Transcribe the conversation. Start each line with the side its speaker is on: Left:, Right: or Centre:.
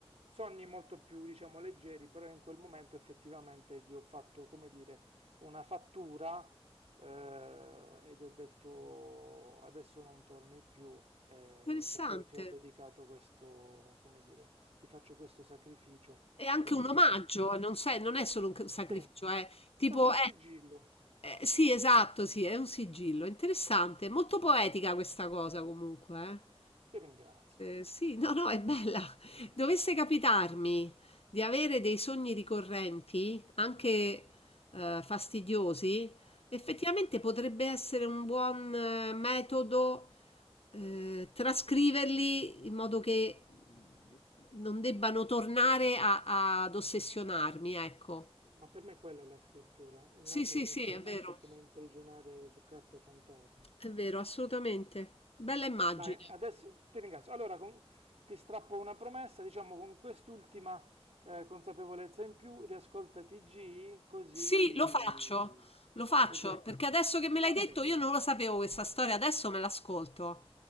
Right: Sogni molto più, diciamo, leggeri, però in quel momento effettivamente gli ho fatto, come dire, una fattura eh, e gli ho detto adesso non torni più eh,
Left: Interessante.
Right: perché io ti ho dedicato questo, come dire, ti faccio questo sacrificio
Left: È anche
Right: e adesso
Left: un omaggio,
Right: tu non ti fai più.
Left: non sai- non è solo un c- sacrificio,
Right: Sì,
Left: è tipo,
Right: è stato un
Left: è,
Right: sigillo,
Left: eh, sì, esatto, sì, è un sigillo, interessante, molto poetica questa cosa comunque. eh.
Right: ti ringrazio.
Left: Eh, sì, no, no, è bella. Dovesse capitarmi di avere dei sogni ricorrenti, anche eh, fastidiosi, effettivamente potrebbe essere un buon eh, metodo eh, trascriverli in modo che non debbano tornare a- a- ad ossessionarmi, ecco.
Right: Ma per me quella è la scrittura, è nata
Left: Sì, sì,
Right: inizialmente
Left: sì, è vero,
Right: come imprigionare su carta i fantasmi.
Left: è vero, assolutamente. Bella immagine.
Right: Dai, adesso ti ringrazio. Allora, con- ti strappo una promessa, diciamo con quest'ultima eh, consapevolezza in più, riascolta TG, così,
Left: Sì, lo faccio, lo faccio,
Right: così ecco.
Left: perché adesso che me
Right: Ok,
Left: l'hai detto io non lo sapevo questa storia, adesso me l'ascolto.